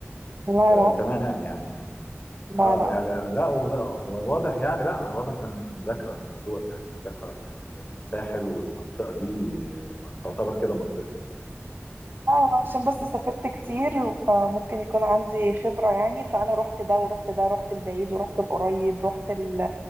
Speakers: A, on the right (about 50°); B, on the left (about 40°).
A: لا
B: فتمام
A: لا
B: يعني
A: لا
B: اه
A: لا
B: يعني لا وده- وواضح يعني لا واضح انك مذاكره الموضوع يعني مذاكره الساحل والمنطقه دي تعتبر كده منطقتك يعني
A: اه عشان بس سافرت كتير فممكن يكون عندي خبرة يعني فأنا رحت ده ورحت ده رحت البعيد ورحت القريب رحت ال...